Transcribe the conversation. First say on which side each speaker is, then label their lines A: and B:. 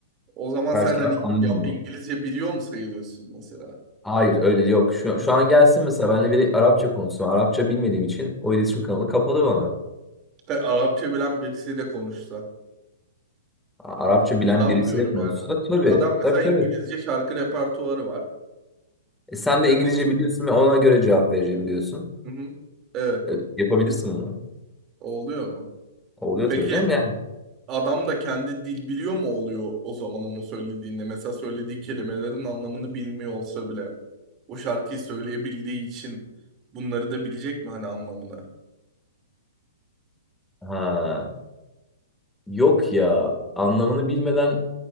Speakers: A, on the right; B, in the centre.
A: O zaman
B: Karşı
A: sen
B: taraf
A: hani
B: anlamıyor.
A: ya İngilizce biliyor mu sayılıyorsun mesela?
B: Hayır öyle yok. Şu, şu an gelsin mesela benimle biri Arapça konuşsun. Arapça bilmediğim için o iletişim kanalı kapalı bana.
A: Ve Arapça bilen birisi de konuşsa.
B: A- Arapça bilen
A: Adam
B: birisiyle
A: diyorum
B: konuşsa
A: yani.
B: tabii.
A: Adam mesela
B: Tabii tabii.
A: İngilizce şarkı repertuarı var.
B: E, sen
A: Yani
B: de İngilizce biliyorsun ve ona göre cevap vereceğim diyorsun.
A: Hı hı. evet
B: E, yapabilirsin bunu.
A: o oluyor mu?
B: Oluyor
A: Peki
B: tabii canım yani.
A: Adam da kendi dil biliyor mu oluyor o zaman onu söylediğinde? Mesela söylediği kelimelerin anlamını bilmiyor olsa bile o şarkıyı söyleyebildiği için bunları da bilecek mi hani anlamını?
B: Ha, yok ya anlamını bilmeden